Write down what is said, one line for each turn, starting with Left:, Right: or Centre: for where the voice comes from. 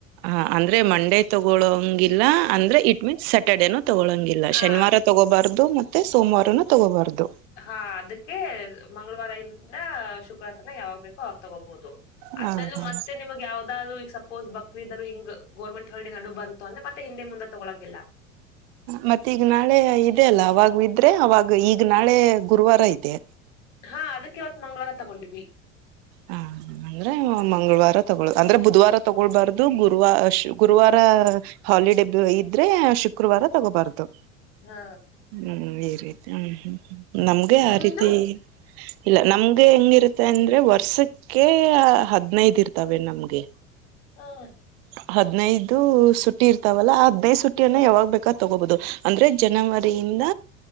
Right: ಹ ಅಂದ್ರೆ ಮಂಡೇ ತಗೊಳಂಗಿಲ್ಲ ಅಂದ್ರೆ ಇಟ್ ಮೀನ್ಸ್ ಸ್ಯಾಟರ್ಡೇನು ತಗೊಳಂಗಿಲ್ಲ ಇಲ್ಲ
Left: ಆ
Right: ಶನಿವಾರ ತಗೋಬಾರ್ದು ಮತ್ತೆ ಸೋಮವಾರನು ತಗೋಬಾರ್ದು
Left: ಹಾ ಅದಕ್ಕೆ ಮಂಗಳವಾರದಿಂದ ಶುಕ್ರವಾರ ತನ ಯಾವಾಗ್ ಬೇಕೋ ಆ ತಗೋಬಹುದು
Right: ಹ
Left: ಅದಲ್ಲೂ
Right: ಹ
Left: ಮತ್ತೆ ನಿಮಗ್ ಯಾವ್ದಾದ್ರು ಈಗ ಓದು ಬಕ್ರಿದ್ ಹಿಂಗ ಗೋರ್ಮೆಂಟ್ ಹೊಲ್ಡಿ ನಡು ಬಂತ ಅಂದ್ರೆತ್ತೆ ಹಿಂದೆ ಮುಂದೆ ತಗೊಳಂಗಿಲ್ಲ
Right: ಮತ್ತ ಈಗ ನಾಳೆ ಇದೆ ಅಲ್ಲ ಅವಾಗ ಇದ್ರೆ ಅವಾಗ ಈಗ ನಾಳೆ ಗುರುವಾರ ಇದೆ
Left: ಹಾ ಅದಕ್ಕೆ ಇವತ್ ಮಂಗಳಾರ ತಗೊಂಡ್ವಿ
Right: ಹಾ ಅಂದ್ರೆ ಮಂಗಳವಾರ ತಗೊಳ್ ಅಂದ್ರೆ ಬುಧವಾರ ತಗೊಳ್ಬಾರ್ದು ಗುರುವ ಗುರುವಾರ ಹಾಲಿಡೇ ಇದ್ರೆ ಶುಕ್ರವಾರ ತಗೋಬಾರ್ದು
Left: ಹಾ
Right: ಹ್ಮ್ ಈ ರೀತಿ ಹ್ಮ್ ಹ್ಮ ನಮ್ಗೆ
Left: ನಿಮ್ದು
Right: ಆ ರೀತಿ ಇಲ್ಲ ನಮ್ಗೆ ಹೆಂಗಿರುತ್ತೆ ಅಂದ್ರೆ ವರ್ಷಕ್ಕೆ ಹದ್ನೈದು ಇರ್ತಾವೆ ನಮ್ಗೆ
Left: ಹಾ
Right: ಹ ಹದನೈದು ಸುಟ್ಟಿ ಇರ್ತಾವಲ್ಲ ಆ ಹದಿನೈದು ಸುಟ್ಟಿಯನ್ನು ಯಾವಾಗ ಬೇಕಾದ ತಗೋಬಹುದು ಅಂದ್ರೆ ಜನವರಿಯಿಂದ